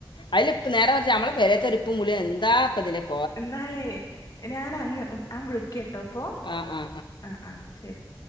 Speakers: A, on the left (about 80°); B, on the left (about 50°).
A: അതില ഇപ്പ നേരം മറിച്ചു നമ്മള <unintelligible> ഉപ്പും പുളി എന്താ ഇപ്പ ഇതില്
B: എന്നാലേ ഞാനങ്ങ് ൻ വിളിക്കി കേട്ടോ അപ്പൊ
A: ആ ആ
B: ആഹ ആ ശരി